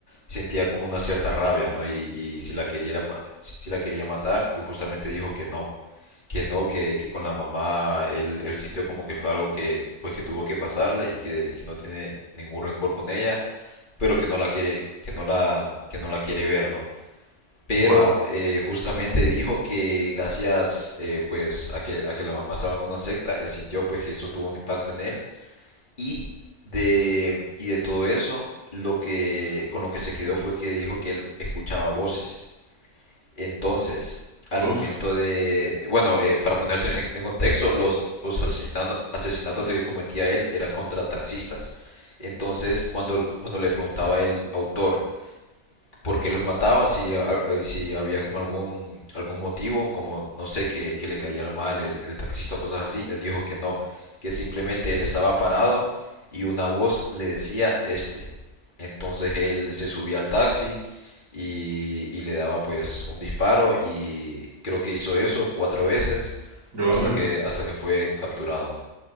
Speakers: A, on the left; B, on the right.
A: sentía como una cierta rabia, ¿no? Y, y si la quería, si si la quería matar, y justamente dijo que no, que no, que, que con la mamá él, él sintió como que fue algo que, pues, que tuvo que pasarle y que, y que no tiene ningún rencor con ella, pero que no la quiere, que no la, que no la quiere ver, ¿no? Pero
B: Wow.
A: eh, justamente dijo que gracias eh, pues a que, a que la mamá estaba en una secta, él sintió pues que eso tuvo un impacto en él y de, y de todo eso, lo que, con lo que se quedó fue que dijo que él escuchaba voces. Entonces, al
B: Uf,
A: momento de, bueno, eh, para ponerte en, en contexto, los, los asesinato- asesinatos que cometía él era contra taxistas. Entonces, cuando, cuando le preguntaba el autor porque los mataba si, a- si había como algún, algún motivo, como no sé, que, que le caía mal el, el taxista o cosas así. Él dijo que no, que simplemente él estaba parado y una voz le decía este. Entonces él se subía al taxi y, y le daba pues un disparo y creo que hizo eso cuatro veces
B: órale.
A: hasta que, hasta que fue capturado.